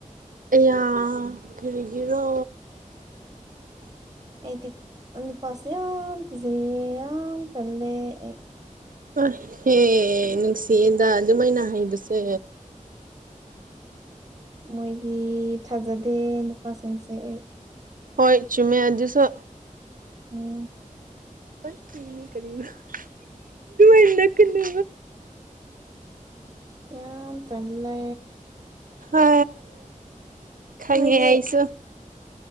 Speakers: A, on the right (about 80°); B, on the right (about 25°).
A: ꯑꯌꯥ ꯀꯔꯤꯒꯤꯔꯣ
B: ꯑꯩꯗꯤ ꯅꯨꯄꯥꯁꯦ ꯌꯥꯝ ꯐꯤꯖꯩ ꯌꯥꯝ ꯆꯜꯂꯦ ꯑꯩ
A: ꯑꯍꯦ ꯅꯨꯡꯁꯤꯌꯦꯗ ꯑꯗꯨꯃꯥꯏꯅ ꯍꯩꯕꯁꯦ
B: ꯃꯣꯏꯗꯤ ꯊꯥꯖꯗꯦ ꯅꯨꯄꯥꯁꯤꯡꯁꯦ ꯑꯩ
A: ꯍꯣꯏ ꯆꯃꯦ ꯑꯗꯨꯣ
B: ꯎꯝ
A: ꯑꯁ ꯏꯅꯤ ꯀꯅ ꯀꯅ
B: ꯌꯥ ꯆꯂ
A: ꯑ ꯈꯪꯉꯦ
B: ꯅꯣꯏꯗꯤ
A: ꯑꯩꯁꯨ